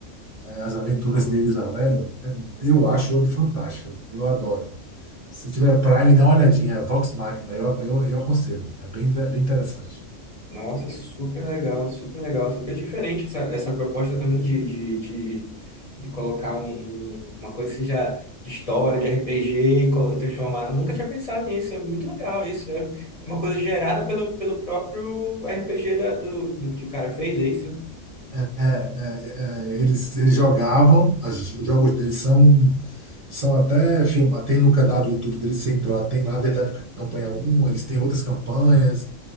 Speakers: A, on the right; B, on the left.
A: É, as aventuras deles lá, velho. é, Eu acho ele fantástico. Eu adoro. Se tiver Prime, dá uma olhadinha. É Vox Machina, eu, eu, eu aconselho. É bem, bem interessante.
B: Nossa, super legal, super legal, super diferente essa, essa proposta também de, de, de, de colocar um- um, uma coisa que seja de história, de RPG e colo- e transformar. Nunca tinha pensado nisso, é muito legal isso, né? É uma coisa gerada pelo, pelo próprio RPG da- do, do que o cara fez, é isso?
A: É, é, é, é, eles, eles jogavam, as- os jogos deles são, são até filmados. Tem no canal do YouTube deles, tem lá, tem lá desde a época da campanha um eles têm outras campanhas,